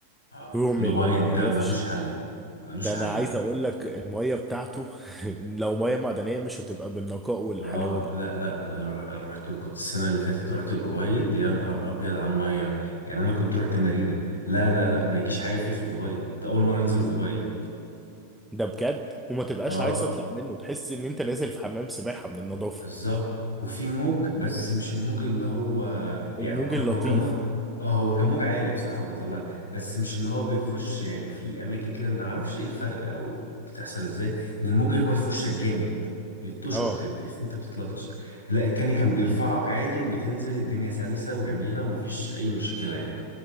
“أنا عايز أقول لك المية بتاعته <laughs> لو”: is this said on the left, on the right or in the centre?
Centre